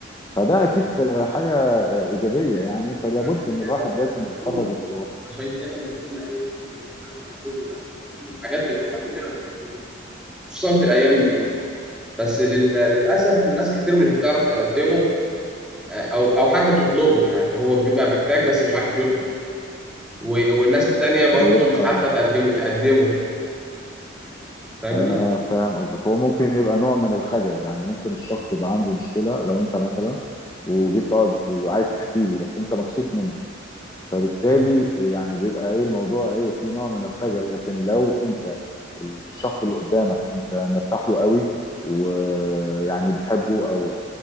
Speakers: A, on the left; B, in the centre.
A: فده اكيد آه، حاجه آه، ايجابيه يعني فلابد
B: فعشان
A: ان
B: كده
A: الواحد لازم
B: انا بقول
A: يخرج اللي جواه
B: عشان كده انا بقول لاي حد ان الدعم العاطفي ده من اهم الحاجات اللي احنا كلنا محتاجينها خصوصا في الايام دي بس لل... للاسف ناس كتير مش بتعرف تقدمه آه، او او حتى تطلبه يعني هو بيبقى محتاج بس مش عارف يطلب و... والناس التانية برضه
A: بيبقى
B: مش عارفة تقدمه تقدمه فاهمني
A: انا فاهم قصدك هو ممكن يبقى نوع من الخجل يعني ممكن الشخص يبقى عنده مشكله لو انت مثلا وجيت تقعد عايز تحكي لي بس انت مكسوف من فبالتالي
B: مم.
A: يعني بيبقى ايه الموضوع ايه في نوع من الخجل لكن لو انت الشخص اللي قدامك انت مرتاح له قوي ويعني بتحبه او